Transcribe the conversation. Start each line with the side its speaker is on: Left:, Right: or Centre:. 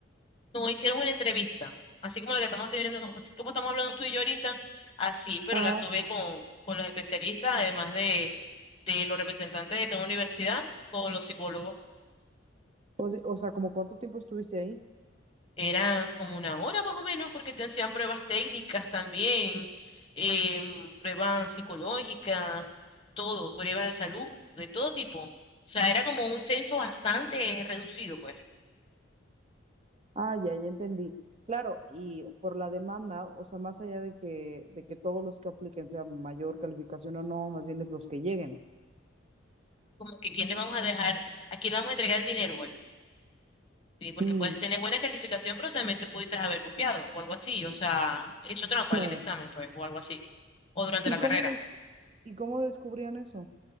Left: No, hicieron una entrevista, así como la que estamos teniendo, así como estamos hablando tú y yo ahorita, así, pero
Right: Ajá.
Left: la tuve con, con los especialistas, además de, de los representantes de cada universidad, con los psicólogos.
Right: O se- o sea, ¿como cuánto tiempo estuviste ahí?
Left: Era como una hora más o menos, porque te hacían pruebas técnicas también, em, pruebas psicológicas, todo, pruebas de salud, de todo tipo. O sea, era como un censo bastante reducido, pues.
Right: Ah, ya, ya entendí. Claro, y por la demanda, o sea, más allá de que, de que todos los que apliquen sea mayor calificación o no, más bien es los que lleguen.
Left: Como que quién le vamos a dejar, a quién le vamos a entregar el dinero, pues. Sí, porque
Right: Mm,
Left: puedes tener buena calificación, pero también te pudiste haber copiado o algo así, o sea, hecho trampa
Right: claro.
Left: en el examen, pues, o algo así, o durante
Right: ¿Y
Left: la
Right: cómo
Left: carrera.
Right: des- y cómo descubrían eso?